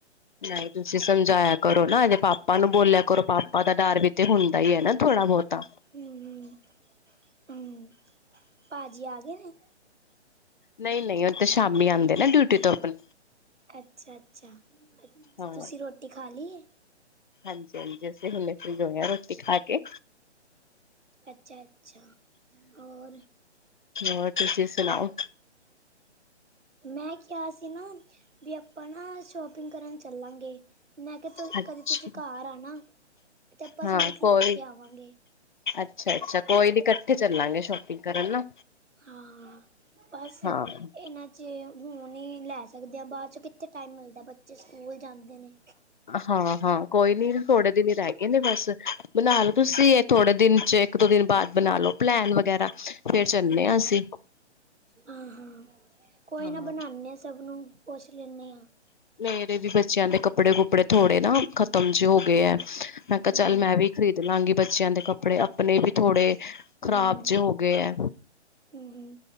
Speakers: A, on the left; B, on the right.
A: ਨਹੀਂ ਤੁਸੀਂ ਸਮਝਾਇਆ ਕਰੋ ਨਾ ਇਹਦੇ ਪਾਪਾ ਨੂੰ ਬੋਲਿਆ ਕਰੋ। ਪਾਪਾ ਉਹਦਾ ਡਰ ਵੀ ਤੇ ਹੁੰਦਾ ਈ ਹੈ ਨਾ ਥੋੜ੍ਹਾ- ਬਹੁਤਾ।
B: ਹੂੰ ਹੂੰ ਭਾਜੀ ਆ ਗਏ ਨੇ।
A: ਨਹੀਂ- ਨਹੀਂ ਉਹ ਤੇ ਸ਼ਾਮੀ ਆਉਂਦੇ ਨਾ ਡਿਊਟੀ ਤੋਂ ਆਪਣੇ।
B: ਅੱਛਾ- ਅੱਛਾ,
A: ਹਾਂ
B: ਤੁਸੀਂ ਰੋਟੀ ਖਾ ਲਈ ਏ?
A: ਹਾਂਜੀ- ਹਾਂਜੀ ਅਸੀਂ ਹੁਨੇ ਫਰੀ ਹੋਏ ਆ ਰੋਟੀ ਖਾ ਕੇ।
B: ਅੱਛਾ- ਅੱਛਾ। ਹੋਰ
A: ਹੋਰ ਤੁਸੀਂ ਸੁਣਾਓ?
B: ਮੈਂ ਕਿਹਾ ਸੀ ਨਾ ਵੀ ਆਪਾਂ ਨਾ ਸ਼ੋਪਿੰਗ ਕਰਨ ਚੱਲਾਂਗੇ। ਮੈਂ ਕਿਹਾ,
A: ਅੱਛਾ
B: ਕਦੇ ਤੁਸੀਂ ਘਰ ਆਣਾ। ਤੇ ਆਪਾਂ
A: ਹਾਂ,
B: ਸੂਟ
A: ਕੋਈ
B: ਲੈ ਕੇ ਆਵਾਂਗੇ
A: ਅੱਛਾ- ਅੱਛਾ। ਕੋਈ ਨੀ ਕੱਠੇ ਚੱਲਾਂਗੇ ਸ਼ੋਪਿੰਗ ਕਰਨ ਨਾ।
B: ਹਾਂ। ਬਸ
A: ਹਾਂ
B: ਇਹਨਾਂ 'ਚ ਹੁਣ ਹੀ ਲੈ ਸਕਦੇ ਹਾਂ ਬਾਅਦ 'ਚ ਕਿੱਥੇ ਟਾਈਮ ਮਿਲਦਾ। ਬੱਚ ਬੱਚੇ ਸਕੂਲ ਜਾਂਦੇ ਨੇ।
A: ਹਾਂ- ਹਾਂ ਕੋਈ ਨੀ ਥੋੜੇ ਦਿਨ ਹੀ ਰਹਿ ਗਏ ਨੇ ਬਸ ਬਨਾ ਲਓ ਤੁਸੀਂ ਥੋੜੇ ਦਿਨ ਚ' ਇੱਕ -ਦੋ ਦਿਨ ਬਾਅਦ ਬਣਾ ਲਓ ਪਲੈਨ ਵਗੈਰਾ। ਫੇਰ ਚੱਲਨੇ
B: ਹਮ
A: ਆ ਅਸੀਂ।
B: ਹਾਂ- ਹਾਂ ਕੋਈ
A: ਹਾਂ
B: ਨਾ ਬਣਾਨੇ ਆ ਸਭ ਨੂੰ, ਪੁੱਛ ਲੈਂਨੇ ਆ
A: ਮੇਰੇ ਵੀ ਬੱਚਿਆਂ ਦੇ ਕੱਪੜੇ- ਕੁਪੜੇ ਥੋੜੇ ਨਾ ਖ਼ਤਮ ਜੇ ਹੋ ਗਏ ਆ ਮੈਂ ਕਿਹਾ
B: ਹਮ
A: ਚੱਲ ਮੈਂ ਵੀ ਖਰੀਦ ਲਾਂਗੀ ਬੱਚਿਆਂ ਦੇ ਕੱਪੜੇ, ਆਪਣੇ ਵੀ। ਥੋੜੇ ਖ਼ਰਾਬ
B: ਹਮ
A: ਜੇ ਹੋ ਗਏ ਏ
B: ਹਮ